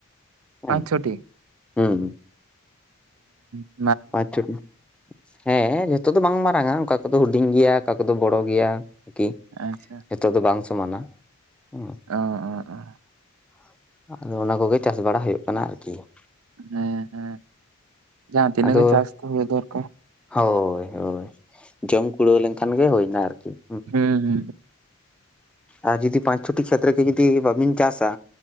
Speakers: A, in the centre; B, on the right (about 80°).
A: ᱦᱩᱸ
B: ᱯᱟᱸᱪ
A: ᱾
B: ᱪᱷᱚᱴᱤ
A: ᱦᱩᱸ ᱾
B: ᱦᱩᱸ ᱾
A: ᱯᱟᱸᱪ ᱪᱷᱚᱴᱤ ᱾ ᱦᱮᱸ ᱡᱷᱚᱛᱚ ᱫᱚ ᱵᱟᱝ ᱢᱟᱨᱟᱝᱟ ᱚᱠᱟ ᱠᱚᱫᱚ ᱦᱩᱰᱤᱧ ᱜᱮᱭᱟ ᱚᱠᱟ ᱠᱚᱫᱚ ᱵᱚᱲᱚ ᱜᱮᱭᱟ ᱟᱨᱠᱤ ᱾
B: ᱟᱪᱪᱷᱟ ᱾
A: ᱡᱷᱚᱛᱚ ᱫᱚ ᱵᱟᱝ ᱥᱚᱢᱟᱱᱟ ᱦᱩᱸ
B: ᱚ ᱚ ᱚ
A: ᱾ ᱟᱫᱚ ᱚᱱᱟ ᱠᱚᱜᱮ ᱪᱟᱥ ᱵᱟᱲᱟ ᱦᱩᱭᱩᱜ ᱠᱟᱱᱟ ᱟᱨᱠᱤ ᱾
B: ᱦᱮᱸ ᱦᱮᱸ ᱡᱟᱦᱟᱸ ᱛᱤᱱᱟᱹᱜ
A: ᱟᱫᱚ
B: ᱜᱮ ᱪᱟᱥ ᱛᱚ ᱦᱩᱭᱩᱜ ᱫᱚᱨᱠᱟᱨ ᱾
A: ᱦᱳᱭ ᱦᱳᱭ ᱡᱚᱢ ᱠᱩᱲᱟᱹᱣ ᱞᱮᱱᱠᱷᱟᱱ ᱜᱮ ᱦᱩᱭᱱᱟ ᱟᱨᱠᱤ ᱾
B: ᱦᱩᱸ ᱦᱩᱸ ᱾
A: ᱟᱨ ᱡᱩᱫᱤ ᱯᱟᱸᱪ ᱪᱷᱚᱴᱤ ᱠᱷᱮᱛᱨᱮᱜᱮ ᱡᱩᱫᱤ ᱵᱟᱵᱤᱱ ᱪᱟᱥᱟ